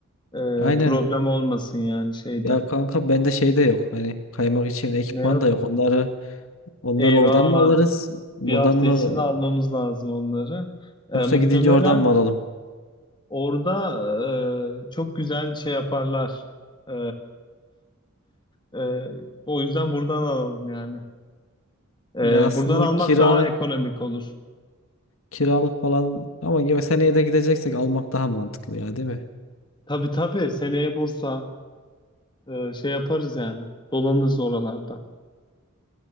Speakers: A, on the left; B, on the left.
A: E,
B: Aynen.
A: problem olmasın yani şeyde.
B: Ya kanka bende şey de yok. Hani kaymak için ekipman
A: Ne yok?
B: da yok. Onları onları
A: Eyvah
B: oradan mı alırız? Buradan
A: bir hafta
B: mı
A: içinde almamız lazım onları. E,
B: Yoksa
A: muhtemelen
B: gidince oradan mı alalım?
A: orada e, çok güzel şey yaparlar. E, Ee, o yüzden buradan alalım yani. Ee,
B: Ya aslında
A: buradan almak
B: kiralık
A: daha ekonomik olur.
B: kiralık falan ama ya seneye de gideceksek almak daha mantıklı ya değil mi?
A: Tabii tabii seneye Bursa e, şey yaparız yani. Dolanırız oralarda.